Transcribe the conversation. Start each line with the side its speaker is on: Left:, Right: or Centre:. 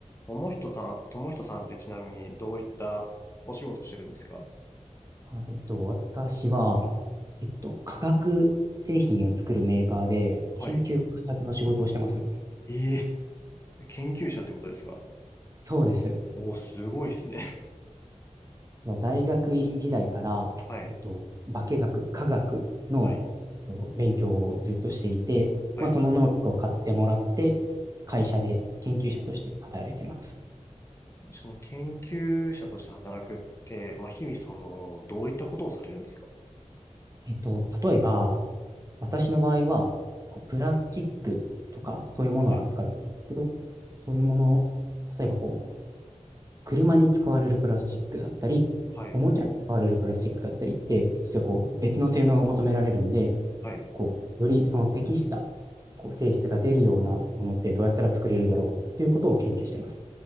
Left: ともひとさん、ともひとさんってちなみにどういったお仕事してるんですか
Right: はい、えっと、私は、えっと、化学製品を作るメーカーで研究開発の仕事をしてます。
Left: はい。ええ、研究者ってことですか
Right: そうです。
Left: おー、すごいですね。<laughs>
Right: 実は大学院時代から、
Left: はい。
Right: えっと、化学、化学のえっと勉強をずっとしていて、
Left: はい。はい。
Right: まあ、その能力を買ってもらって、会社で研究者として働いてます。
Left: その研究者として働くって、まあ、日々その、どういったことをされるんですか
Right: えっと、例えば、私の場合は、こう、プラスチックとか、そういうものを扱ってるんですけど、
Left: はい。
Right: そういうものを、例えばこう、車に使われるプラスチックだったり、
Left: はい。
Right: おもちゃに使われるプラスチックだったりって、実はこう別の性能が求められるんで、
Left: はい。
Right: こうよりその適したこう性質が出るようなものってどうやったら作れるだろうっていうことを研究してます。